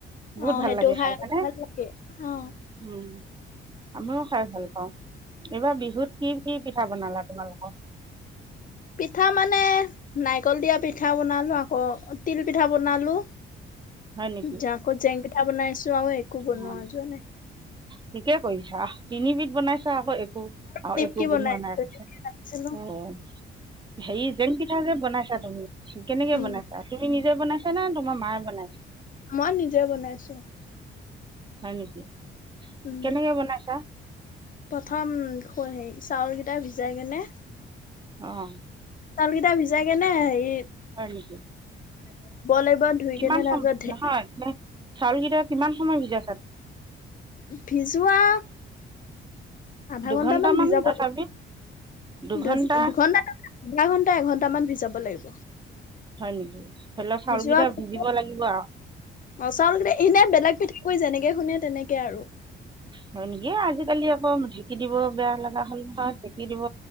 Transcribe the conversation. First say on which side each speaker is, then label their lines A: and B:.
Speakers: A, on the right; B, on the left.
A: বহুত
B: অ
A: ভাল
B: সেইটো
A: লাগে
B: খাই
A: হয়নে
B: ভাল লাগে অ।
A: উম আমিও খাই ভাল পাওঁ। এইবাৰ বিহুত কি কি পিঠা বনালা তোমালোকক।
B: পিঠা মানে নাৰিকল দিয়া পিঠা বনালোঁ আকৌ তিল পিঠা বনালোঁ।
A: হয় নেকি
B: জাকত জেংকেইটা বনাইছো আৰু একো
A: <unintelligible>
B: বনোৱা যোৱা নাই
A: ঠিকে কৰিছা তিনিবিধ বনাইছা আকৌ একো আৰু
B: নিমকি
A: একো বণোৱানাই
B: বনাইছো।
A: কৈছা
B: ছিলো
A: অ হেৰি জেং পিঠা যে বনাইছা তুমি কেনেকে
B: উম
A: বনাইছা তুমি নিজে বনাইছা না তোমাৰ মায়ে বনাইছে।
B: মই নিজে বনাইছো
A: হয় নেকি
B: উম।
A: কেনেকে বনাইছা।
B: প্ৰথম হেৰি চাউলকেইটা ভিজাই কেনে।
A: অ
B: তালকেইটা ভিজাই কেনেহেৰি
A: হয় নেকি
B: লাগিব ধুই
A: কিমান
B: কেনে তাৰপিছত
A: সম নহয় ম চাউলকেইটা কিমান সময় সিজা খাল
B: ভিজুৱা আধা
A: দুঘণ্টামান
B: ঘন্টামান ভিজাব
A: তথাপি
B: লাগ
A: দুঘণ্টা
B: দু দুঘন্টা আধা ঘণ্টা এঘণ্টা মান ভিজাব লাগিব
A: হয় নেকি ধৰি লওক চাউল
B: ভিজোৱা
A: কেইটা
B: পাছত
A: ভিজিব লাগিব আৰু,
B: অ চাউল কেই এনে বেলেগ পিঠাগুৰিযেনেকে শুনে তেনেকে আৰু
A: হয় নেকি। আজিকালি আকৌ ঢেঁকি দিব বেয়া লগা হল নহয় ঢেঁকি দিব